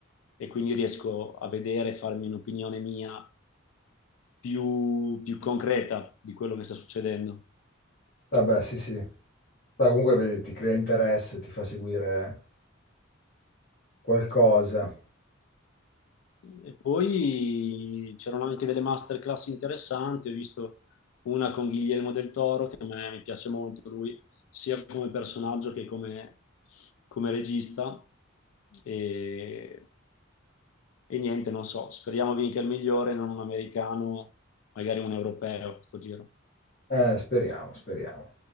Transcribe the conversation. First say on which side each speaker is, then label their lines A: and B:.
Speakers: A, on the left (about 80°); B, on the left (about 50°).
A: e quindi riesco a vedere, e farmi un'opinione mia più, più concreta di quello che sta succedendo.
B: Vabbè, sì, sì. Beh, comunque vedi, ti crea interesse, ti fa seguire qualcosa.
A: E poi c'erano anche delle masterclass interessanti, ho visto una con Guillermo del Toro, che a me mi piace molto lui, sia come personaggio che come, come regista. E, e niente, non so, speriamo vinca il migliore, non un americano, magari un europeo, sto giro.
B: Eh, speriamo, speriamo.